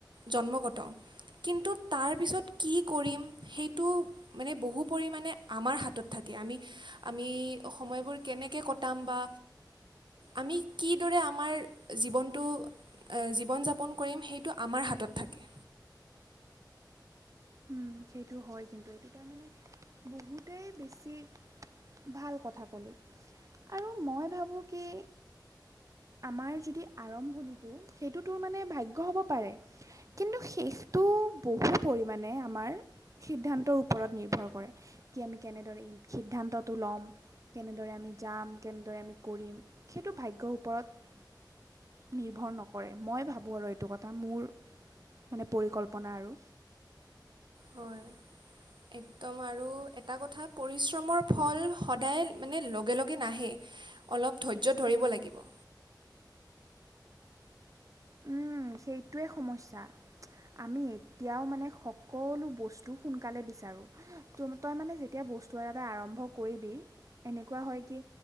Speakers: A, on the right (about 90°); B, on the right (about 45°).
A: জন্মগত। কিন্তু তাৰ পিছত কি কৰিম সেইটো মানে বহু পৰিমাণে আমাৰ হাতত থাকে। আমি আমি সময়বোৰ কেনেকে কটাম বা আমি কিদৰে আমাৰ জীৱনটো এ জীৱন যাপন কৰিম সেইটো আমাৰ হাতত থাকে।
B: উম, সেইটো হয় কিন্তু এইটো তাৰমানে বহুতেই বেছি ভাল কথা কলি। আৰু মই ভাবো কি আমাৰ যদি আৰম্ভণিটো সেইটো তোৰ মানে ভাগ্য হ'ব পাৰে। কিন্তু শেষটো বহু পৰিমাণে আমাৰ সিদ্ধান্তৰ ওপৰত নিৰ্ভৰ কৰে, কি আমি কেনেদৰে সিদ্ধান্তটো ল'ম। কেনেদৰে আমি যাম কেনেদৰে আমি কৰিম সেইটো ভাগ্যৰ ওপৰত নিৰ্ভৰ নকৰে, মই ভাবো আৰু এইটো কথা মোৰ মানে পৰিকল্পনা আৰু।
A: হয় একদম আৰু এটা কথা পৰিশ্ৰমৰ ফল সদায় মানে লগে লগে নাহে। অলপ ধৈৰ্য্য ধৰিব লাগিব।
B: উম, সেইটোৱে সমস্যা। আমি এতিয়াৰ মানে সকলো বস্তু সোনকালে বিচাৰো। তোৰ তই মানে যেতিয়া বস্তু এটা আৰম্ভ কৰিবি এনেকুৱা হয় কি